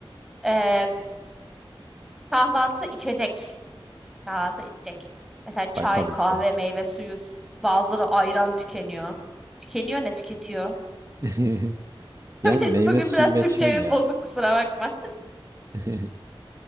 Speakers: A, in the centre; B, on the right.
A: e, kahvaltı içecek. Kahvaltı içecek. Mesela çay,
B: Ay tabii
A: kahve,
B: ki de.
A: meyve suyu. Bazıları ayran tükeniyor. Tükeniyor ne tüketiyor?
B: <laughs>
A: <laughs>
B: Yani
A: Benim
B: meyve
A: bugün
B: suyu
A: biraz
B: ve
A: Türkçe
B: çay ya.
A: bozuk kusura bakma.
B: <laughs>